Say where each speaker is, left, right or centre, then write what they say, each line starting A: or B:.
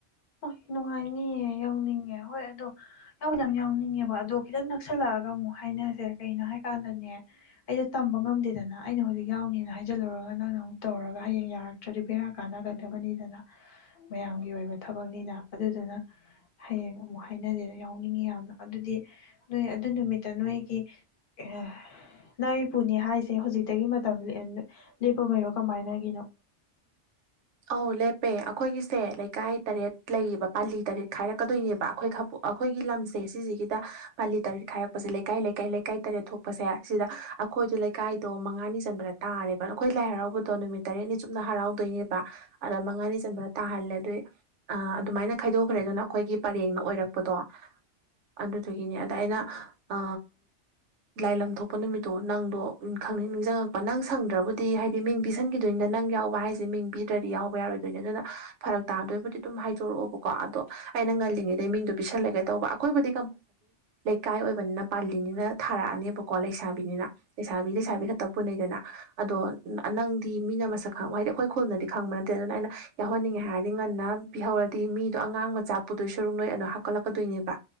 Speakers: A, on the left; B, on the right.
A: ꯑꯣ ꯅꯨꯡꯉꯥꯏꯅꯤꯌꯦ ꯌꯥꯎꯅꯤꯡꯉꯦ ꯍꯣꯏ ꯑꯗꯣ ꯌꯥꯎꯕꯗꯤ ꯌꯥꯝ ꯌꯥꯎꯅꯤꯡꯉꯦꯕ ꯑꯗꯣ ꯈꯤꯇꯪ ꯅꯛꯁꯜꯂꯛꯑꯒ ꯑꯃꯨꯛ ꯍꯥꯏꯅꯔꯁꯦ ꯀꯩꯅꯣ ꯍꯥꯏ ꯀꯥꯟꯗꯅꯦ ꯑꯩꯗꯣ ꯇꯝꯕ ꯉꯝꯗꯦꯗꯅ ꯑꯩꯅ ꯍꯧꯖꯤꯛ ꯌꯥꯎꯅꯦꯅ ꯍꯥꯏꯖꯜꯂꯨꯔꯒ ꯅꯪꯅ ꯑꯃꯨꯛ ꯇꯧꯔꯒ ꯍꯌꯦꯡ ꯌꯥꯔꯛꯇ꯭ꯔꯗꯤ ꯕꯦꯔꯥ ꯀꯥꯟꯅꯒꯗꯕꯅꯤꯗꯅ ꯃꯌꯥꯝꯒꯤ ꯑꯣꯏꯕ ꯊꯕꯛꯅꯤꯅ ꯑꯗꯨꯗꯨꯅ ꯍꯌꯦꯡ ꯑꯃꯨꯛ ꯍꯥꯏꯅꯁꯦ ꯌꯥꯎꯅꯤꯡꯉꯤ ꯌꯥꯝꯅ ꯑꯗꯨꯗꯤ ꯅꯣꯏ ꯑꯗꯨ ꯅꯨꯃꯤꯠꯇ ꯅꯣꯏꯒꯤ ꯑ ꯅꯪ ꯏꯄꯨꯅꯦ ꯍꯥꯏꯁꯦ ꯍꯧꯖꯤꯛꯇꯒꯤ ꯃꯇꯝ ꯂꯦꯞꯄ ꯑꯣꯏꯔꯣ ꯀꯃꯥꯏꯅꯒꯤꯅꯣ
B: ꯑ ꯂꯦꯄꯦ ꯑꯩꯈꯣꯏꯒꯤꯁꯦ ꯂꯩꯀꯥꯏ ꯇꯔꯦꯠ ꯂꯩꯔꯤꯕꯌꯦꯕ ꯄꯥꯂꯤ ꯇꯔꯦꯠ ꯈꯥꯏꯔꯛꯀꯗꯣꯏꯅꯦꯕ ꯑꯩꯈꯣꯏ ꯑꯩꯈꯣꯏꯒꯤ ꯂꯝꯁꯦ ꯁꯤꯁꯦ ꯗ ꯄꯥꯜꯂꯤ ꯇꯔꯦꯠ ꯈꯥꯏꯔꯛꯄꯁꯦ ꯂꯩꯀꯥꯏ ꯂꯩꯀꯥꯏ ꯂꯩꯀꯥꯏ ꯇꯔꯦꯠ ꯊꯣꯛꯄꯁꯦ ꯁꯤꯗ ꯑꯩꯈꯣꯏꯗꯣ ꯂꯩꯀꯥꯏꯗꯣ ꯃꯉꯥꯅꯤ ꯆꯟꯕꯗ ꯇꯥꯔꯦꯕ ꯑꯩꯈꯣꯏ ꯂꯥꯏ ꯍꯔꯥꯎꯕꯗꯣ ꯅꯨꯃꯤꯠ ꯇꯔꯦꯠꯅꯤ ꯆꯨꯞꯅ ꯍꯔꯥꯎꯗꯣꯏꯅꯦ ꯑꯗ ꯃꯉꯥꯅꯤ ꯆꯟꯕ꯭ꯔꯥ ꯇꯥꯍꯜꯂꯦ ꯑꯗꯨꯏ ꯑꯗꯨꯃꯥꯏꯅ ꯈꯥꯏꯗꯣꯛꯈ꯭ꯔꯦ ꯑꯗꯨꯅ ꯑꯩꯈꯣꯏꯒꯤ ꯄꯔꯦꯡꯅ ꯑꯣꯏꯔꯛꯄ ꯄꯄꯗꯣ ꯑꯗꯨꯗꯨꯒꯤꯅꯦ ꯑꯗ ꯑꯩꯅ ꯑ ꯂꯥꯏ ꯂꯝ ꯊꯣꯛꯄ ꯅꯨꯃꯤꯠꯇꯣ ꯅꯪꯗꯣꯪ ꯅꯤꯡꯁꯤꯡꯉꯛꯄ ꯅꯪ ꯁꯪꯗ꯭ꯔꯕꯨꯗꯤ ꯍꯥꯏꯗꯤ ꯃꯤꯡ ꯄꯤꯁꯟꯈꯤꯗꯣꯏ ꯅꯠꯇ ꯅꯪ ꯌꯥꯎꯕ ꯍꯥꯏꯁꯦ ꯃꯤꯡ ꯄꯤ ꯌꯥꯎꯕ ꯌꯥꯔꯣꯏꯗꯣꯏꯅꯦ ꯑꯗꯨꯅ ꯐꯔꯛ ꯇꯥꯗꯣꯏꯕꯨꯗꯤ ꯑꯗꯨꯝ ꯍꯥꯏꯗꯛꯑꯣꯕꯀꯣ ꯑꯗꯣ ꯑꯩꯅ ꯉꯜꯂꯤꯉꯩꯗ ꯃꯤꯣ ꯑꯩꯕꯨ ꯏꯀꯥꯏ ꯑꯣꯏꯕꯅꯤꯅ ꯄꯥꯜꯂꯤꯅꯤꯅ ꯊꯥꯔꯛꯑꯅꯦꯕꯀꯣ ꯂꯩꯁꯥꯕꯤꯅꯤꯅ ꯂꯩꯁꯥꯕꯤ ꯂꯩꯁꯥꯕꯤ ꯈꯛꯇ ꯄꯨꯅꯩꯗꯅ ꯑꯗꯣ ꯅꯪꯗꯤ ꯃꯤꯅ ꯃꯁꯛ ꯈꯪꯕ ꯍꯥꯏꯗꯤ ꯑꯩꯈꯣꯏ ꯈꯨꯜꯅꯗꯤ ꯅꯦ ꯑꯗꯨꯅ ꯑꯩꯅ ꯌꯥꯎꯍꯟꯅꯤꯡꯉꯦ ꯍꯥꯏꯔꯗꯤ ꯉꯟꯅ ꯄꯤꯍꯧꯔꯗꯤ ꯃꯤꯗꯣ ꯑꯉꯥꯡ ꯃꯆꯥ ꯄꯨꯗꯣ ꯁꯔꯨꯛ ꯅꯣꯏ ꯑꯅꯣ ꯍꯥꯠ ꯂꯥꯛꯀꯗꯣꯏꯅꯦꯕ